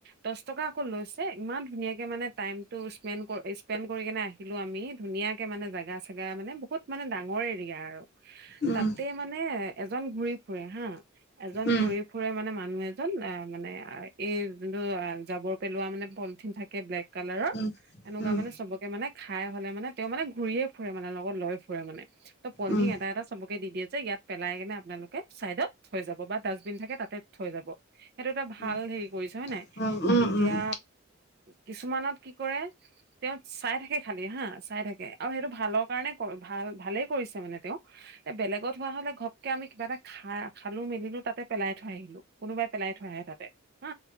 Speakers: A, on the right; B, on the left.
A: দশ টকা অকল লৈছে ইমান ধুনীয়াকে মানে টাইমটো স্পেণ্ড স্পেণ্ড কৰি কেনে আহিলো আমি। ধুনীয়াকে মানে জাগা চাগা মানে বহুত মানে ডাঙৰ এৰিয়া আৰু।
B: উম
A: তাতে মানে এজন ঘুৰি ফুৰে হা, এজন
B: উম
A: ঘুৰি ফুৰে মানে মানুহ এজন আহ মানে এই যোনটো আহ জাবৰ পেলোৱা মানে পলিথিন থা কে ব্লেক কালাৰৰ,
B: উম,
A: এনেকুৱা
B: উম,
A: মানে চবকে মানে খাই হলে মানে তেওঁ মানে ঘূৰিয়ে ফুৰে মানে লগত লৈ ফুৰে মানে, ত' পলথিন
B: উম,
A: এটা এটা চবকে দি দিয়ে যে ইয়াত পেলাই কেনে আপোনালোকে চাইডত থৈ যাব বা ডাষ্টবিন থাকে তাতে থৈ যাব, সেইটো এটা ভাল
B: উম,
A: হেৰি কৰিছে হয় নাই,
B: উম, উম, উম,
A: এতিয়া
B: উম,
A: কিছুমানত কি কৰে তেওঁ চাই থাকে খালি হা চাই থাকে আৰু সেইটো ভালৰ কাৰণে ভাল ভালেই কৰিছে মানে তেওঁ। এ বেলেগত হোৱা হলে ঘপকে আমি কিবা এটা খা খালো মেলিলো তাতে পেলাই থৈ আহিলো কোনোবাই পেলাই থৈ আহে তাতে। হা,